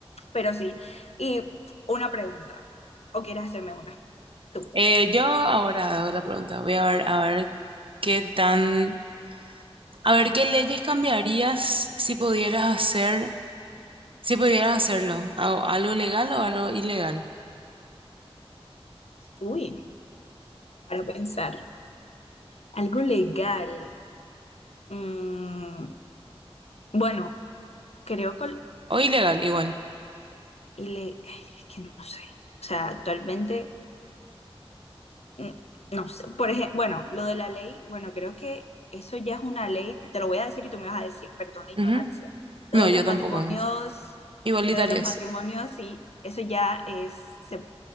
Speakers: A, on the left (about 80°); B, on the right (about 55°).
A: Pero sí. Y una pregunta. ¿O quieres hacerme una? Tú.
B: Eh, yo ahora hago la pregunta. Voy a ver, a ver qué tan, a ver qué leyes cambiarías si pudieras hacer, si pudieras hacerlo. ¿Algo algo legal o algo ilegal?
A: Uy, para pensar. Algo legal. Mm, bueno, creo que...
B: O ilegal, igual.
A: Y le... Es que no sé. O sea, actualmente... mm, no sé, por ejemplo, bueno, lo de la ley, bueno, creo que eso ya es una ley, te lo voy a decir y tú me vas a decir, perdón la ignorancia.
B: Ujú.
A: Lo
B: No,
A: de
B: yo
A: los matrimonios,
B: tampoco. Igualitarias.
A: lo de los matrimonios, sí, eso ya es, se-